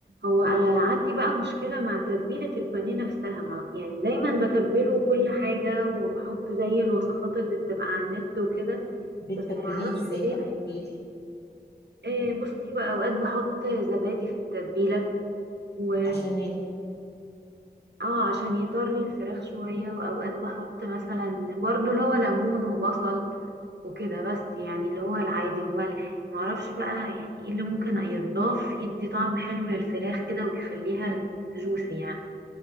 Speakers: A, on the right (about 85°); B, on the left (about 70°).
A: هو انا عندي بقى مشكله مع تتبيله البانيه نفسها ما يعني دايما بتبله كل حاجه وبحط زي الوصفات اللي بتبقى على النت وكده
B: بتتبليه
A: بس ما اعرفش
B: ازاي تتبيله
A: ليه آه، بصي بقى اوقات بحط زبادي في التتبيله و
B: عشان يت...
A: اه عشان يطري الفراخ شويه واوقات بحط مثلا برضو اللي هو ليمون وبصل وكده بس يعني اللي هو العادي وملح ما اعرفش بقى يعني ايه اللي ممكن يتضاف يدي طعم حلو للفراخ كده ويخليها جوسي يعني